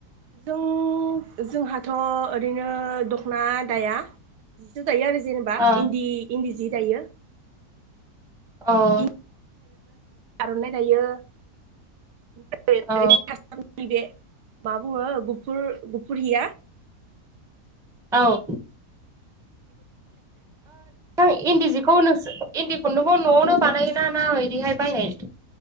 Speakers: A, on the right; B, in the centre.
A: जों जोंहाथ' ओरैनो दख'ना दाया दायो आरो जेनेबा
B: ओ
A: इन्दि इन्दि जि दायो।
B: औ
A: इन्दि आर'नाइ दायो नैबे
B: औ
A: मा बुङो गुफुर गुफुरहिया
B: औ नों इन्दि जिखौ नोंसो इन्दि खुन्दुंबो न'आवनो बानायोना ना बिदिहाय बायनाय